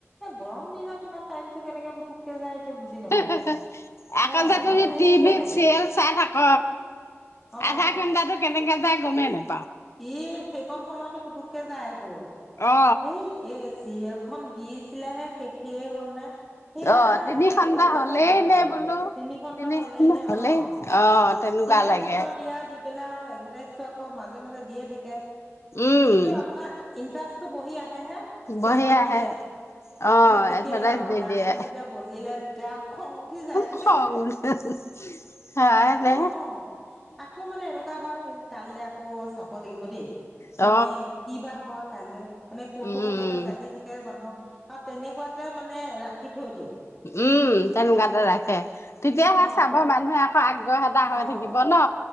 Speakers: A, in the centre; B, on the left.
A: গৰম দিনত ইমান টাইমটো কেনেকে? পুতুককে যায় এতিয়া বুজি নাপাও।
B: <unintelligible> এখন
A: অ',
B: যে তই
A: তেনেকুৱা
B: টভিত
A: লাগে
B: চিৰিয়েল চাই থাক।
A: অ'।
B: আধা ঘণ্টা টো, কেনেকে যাই। গমে, নাই।
A: ই, সেইকন সময়তো পুতুককে যায়গৈ
B: অ
A: এই এ চিৰিয়েলখনন দিছিলেহে শেষেই হ'ল নে, স
B: অ তিনি ঘন্টা
A: এইখনহে
B: হলেই
A: চাবলৈ পালো।
B: নে বোলো
A: তিনি খণ্ড হ'লেই
B: ঘন্টা
A: নে?
B: হলেই
A: অ',
B: অ তেনেকুৱা
A: তিনিটা
B: লাগে
A: খণ্ড দিয়া দি পেলাই আৰু এক ঘন <unintelligible> আকৌ মাজে, মাজে দিয়ে থাকে।
B: উম
A: কিন্তু আপোনাৰ ইটাৰষ্ট তো বহি আহ হে হে, চিলখন
B: বঢ়িয়াহে
A: দিলে।
B: অ
A: বোলে শেষেই
B: এডভাৰটাইজ
A: আৰু
B: দি
A: গান
B: দিয়ে
A: টো যেতিয়া বজিলে তেতিয়া আৰু খং উঠি যায়গে
B: খং উঠে হয় দে
A: অহ, আকৌ মানে এনেকুৱা হয় কাইলে আকৌ চাব হ'ব লাগিব দেই।
B: অ
A: মানে কি বা হয় কাইলে মানে কৌতুহল
B: উম
A: এটা জাগি থাকে মানুহক আৰু তেনেকুৱাতে মানে মানে ৰাখি থৈ দিয়ে
B: উম, তেনেকুৱাতে ৰাখে। তেতিয়াহে
A: অ
B: চাব মানুহে আকৌ আগ্ৰহ এটা হৈ
A: অ
B: থাকিব ন?